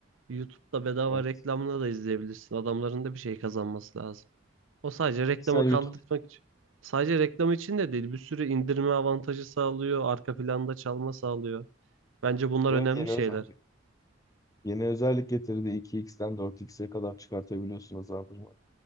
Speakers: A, on the right; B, on the left.
A: YouTube'da bedava
B: Evet.
A: reklamını da izleyebilirsin. Adamların da bir şey kazanması lazım. O sadece reklama
B: Peki sen
A: kaldırmak
B: YouTube
A: için. Sadece reklam için de değil, bir sürü indirme avantajı sağlıyor, arka planda çalma sağlıyor. Bence bunlar
B: evet
A: önemli
B: yeni
A: şeyler.
B: özellik. Yeni özellik getirdi. 2x'ten dört xe kadar çıkartabiliyorsun hızlandırmayı.